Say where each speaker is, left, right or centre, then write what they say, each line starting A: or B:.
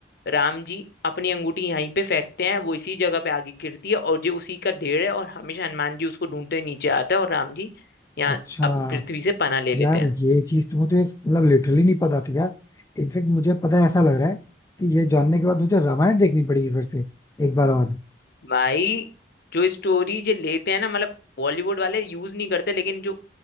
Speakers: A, on the left (about 55°); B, on the left (about 15°).
A: राम जी अपनी अंगूठी यहीं पे फेंकते हैं वो इसी जगह पे आगे गिरती है और ये उसी का ढेर है और हमेशा हनुमान जी उसको ढूंढते हुए नीचे आते हैं और राम जी यहाँ
B: अच्छा
A: अप- पृथ्वी से पनाह ले
B: यार
A: लेते हैं
B: ये चीज तो मुझे मतलब लिटरली नहीं पता थी यार इनफेक्ट मुझे पता है ऐसा लग रहा है कि ये जानने के बाद मुझे रामायण देखनी पड़ेगी फिर से एक बार और
A: भाई जो स्टोरी ये लेते हैं ना मतलब बॉलीवुड वाले यूज नहीं करते लेकिन जो